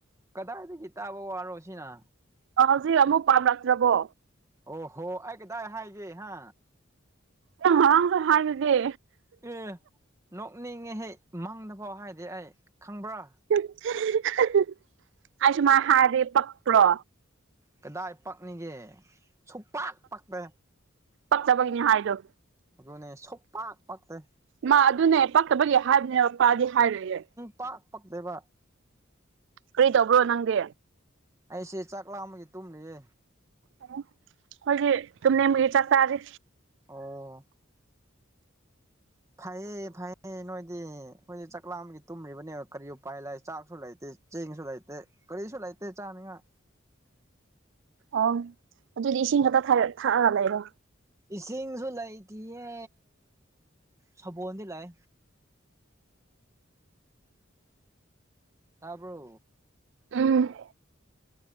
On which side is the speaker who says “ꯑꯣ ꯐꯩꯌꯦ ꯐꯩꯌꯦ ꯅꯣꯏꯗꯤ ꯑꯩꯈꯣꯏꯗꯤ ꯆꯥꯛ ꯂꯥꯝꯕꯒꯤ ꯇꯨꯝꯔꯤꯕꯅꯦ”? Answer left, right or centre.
Right